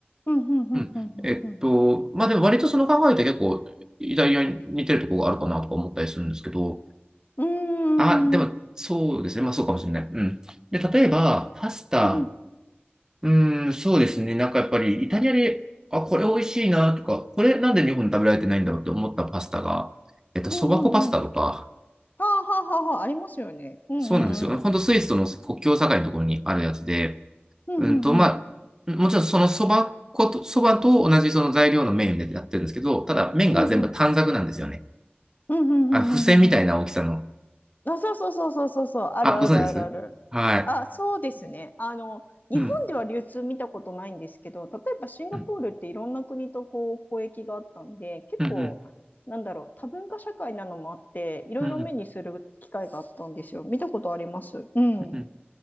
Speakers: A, on the left (about 45°); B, on the right (about 15°).
A: うん、うん、
B: うん。
A: うん、
B: えっと、
A: うん。
B: まあでも割とその考えって結構、イタリアに似てるところがあるかなとか思ったりするんですけど、
A: うん、
B: あ、でもそうですね。
A: うーん、
B: まあそうかもしれない。うん。で、例えば、パスタ、
A: うん、うん、
B: うーん、そうですね。なんかやっぱりイタリアで、あ、これ美味しいなとか、これなんで日本で食べられてないんだろうって思ったパスタが、えっと、
A: うん、
B: そば粉パスタとか、
A: うん。うんはあ、はあ、はあ、はあ、ありますよね。うん、
B: そうなんですよ。
A: うん、
B: ほんとスイスとの国境境のところにあるやつで、
A: うん。うん、
B: うんと、
A: うん、
B: まあ、
A: うん。
B: もちろんそのそば粉と、そばと同じその材料の麺でやってるんですけど、ただ麺が全部短冊なんですよね。
A: うん、うん、うん、うん、
B: あの、
A: うん、
B: 付箋みたいな大きさの。
A: うん。うんあ、そうそうそうそうそうそう、あるあるあるある。
B: あ、ご存知ですはい。
A: あ、そうですね。あの、日本では流通見たことないんですけど、
B: うん。
A: 例えばシンガポールっていろんな国とこう交易があったんで、
B: うん。
A: 結構、
B: うん。
A: なんだろう、多文化社会なのもあって、いろいろ目にする機会があったんですよ。
B: うん。うん
A: 見たことあります。うん。
B: うん